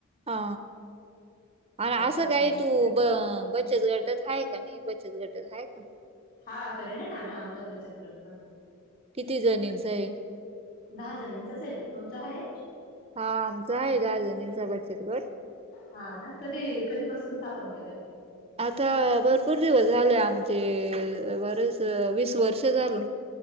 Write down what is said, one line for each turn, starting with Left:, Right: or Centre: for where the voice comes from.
Right: हा आणि असं
Left: त्याच्यामुळं
Right: काही तू ब बचत गटात आहे का नाही बचत गटात आहे का
Left: हा करेल ना आम्ही आमचा बचत गट पण
Right: किती जणींचा आहे
Left: दहा जणचाच आहे तुमच आहे
Right: हा आमचा आहे राजनीचा बचत गड
Left: हा ना कधी कधीपसून स्थापन केलंय
Right: आता भरपूर दिवस झाले आमचे बरेच वीस वर्ष झालं.